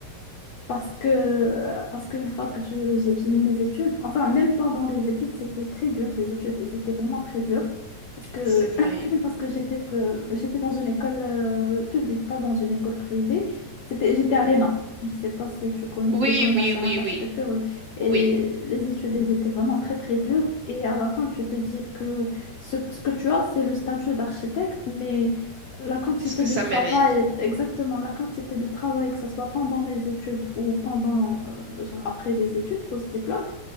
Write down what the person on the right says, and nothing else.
C'est vrai.
Mhm.
Oui,
oui,
oui,
oui,
oui.
Est-ce que ça
mérite?